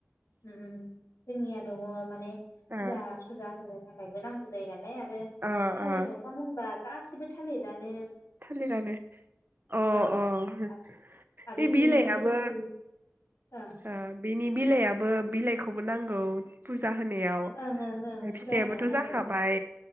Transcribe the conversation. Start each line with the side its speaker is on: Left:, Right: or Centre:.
Left: उम्म जोंनि आर दङ माने
Right: ओ
Left: जा सुजा होनो थाखायबो नांगौ जायो ना ओमफ्राय आरो
Right: ओ
Left: थालिर
Right: ओ
Left: दंफां होनोबा गासैबो थालिदानो
Right: थालिरानो अ
Left: औ
Right: अ
Left: आरो
Right: बे
Left: इथिं
Right: बिलायाबो
Left: गोखै ओं
Right: ओ बिनि बिलायाबो बिलाइखौबो नांगौ फुजा होनायाव
Left: ओं ओं ओं फुजा
Right: फिथायाबोथ'
Left: होनायाव नांगौ
Right: जाखाबाय